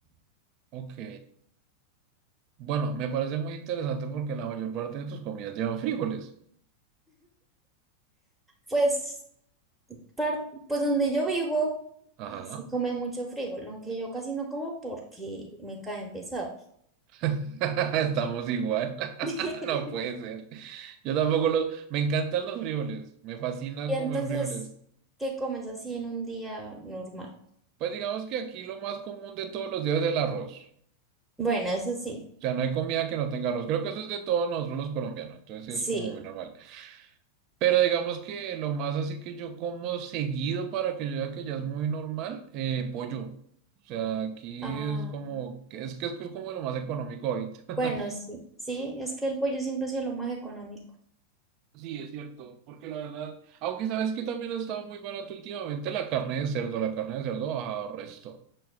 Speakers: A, on the right; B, in the centre.
A: Ok. Bueno, me parece muy interesante porque la mayor parte de tus comidas llevan frijoles.
B: Pues, par- pues donde yo vivo,
A: Ajá.
B: sí comen mucho frijol, aunque yo casi no como porque me caen pesados.
A: <laughs> Estamos igual. <laughs>
B: <laughs>
A: No puede ser. Yo tampoco los... Me encantan los frijoles. Me fascina
B: Y
A: comer
B: entonces,
A: frijoles.
B: ¿qué comes así en un día normal?
A: Pues digamos que aquí lo más común de todos los días es el arroz.
B: Bueno, eso sí.
A: O sea, no hay comida que no tenga arroz. Creo que eso es de todos nosotros los colombianos. Entonces sí
B: Sí,
A: es como muy normal. Pero digamos que lo más así que yo como seguido para que yo diga que ya es muy normal, eh, pollo. O sea, aquí
B: ah,
A: es como, que- es que es como lo más económico ahorita. <laughs>
B: bueno, sí, sí, es que el pollo siempre ha sido lo más económico.
A: Sí, es cierto, porque la verdad, aunque sabes que también ha estado muy barato últimamente la carne de cerdo, la carne de cerdo ha bajado resto.